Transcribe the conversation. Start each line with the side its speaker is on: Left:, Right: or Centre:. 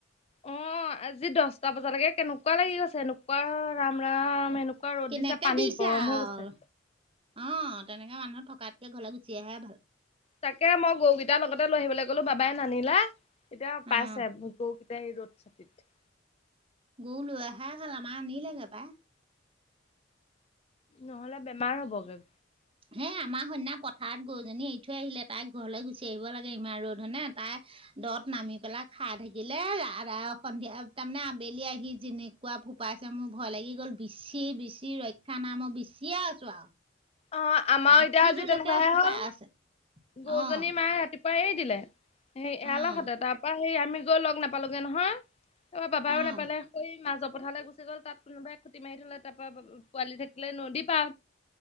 Left: অ'! আজি দহটা বজালৈকে কেনেকুৱা লাগি গৈছে! এনেকুৱা, ৰাম-ৰাম!
Right: আৰু।
Left: এনেকুৱা ৰ'দ
Right: কেনেকে
Left: দিছে, পানীত গৰম
Right: আৰু,
Left: হৈ গৈছে।
Right: অ'! তেনেকে মানুহ থকাতকে, ঘৰলৈ গুচি অহাই ভাল।
Left: তাকে, মই গৰুকেইটা লগতে লৈ আহিবলৈ ক'লো, বাবাই নানিলে। এতিয়া পাইছে,
Right: অ',
Left: গৰু এই, ৰ'দ চাতিত
Right: গৰু লৈ অহাই ভাল, আমাৰ আনিলেগে পাই।
Left: নহ'লে বেমাৰ হ'বগে।
Right: সেই, আমাৰ সেইদিনা, পথাৰত গৰুজনী এৰি থৈ আহিলে। তাই ঘৰলৈ গুচি আহিব লাগে, ইমান ৰ'দ হয়নে! তাই, দ'ত নামি পেলা খাই থাকিলে, <unintelligible> সন্ধিয়া, তাৰমানে আবেলি আহি, যেনে যেনেকুৱা ফোপাইছে, মোৰ ভয় লাগি গ'ল! বিচি- বিচি ৰক্ষা নাই, মই বিচিয়ে আছোঁ আৰু।
Left: অ'! আমাৰো
Right: ৰাতিটোলৈকে
Left: এতিয়া, আজি তেনেকুৱাহে
Right: ফোপাই
Left: হ'ল,
Right: আছে
Left: গৰুজনী
Right: অঁ
Left: মায়ে, ৰাতি পুৱাই এৰি দিলে। সেই, এৰালহঁতে,
Right: অঁ
Left: তাৰ পৰা সেই, আমি গৈ লগ নাপালোগে নহয়। তাৰ বাবাও
Right: অঁ
Left: নাপালে মাজৰ পথাতলৈ গুচি গ'ল। তাত কোনোবাই খুটি মাৰি থলে তাৰ পৰা পোৱালি থাকিলে। নদী পা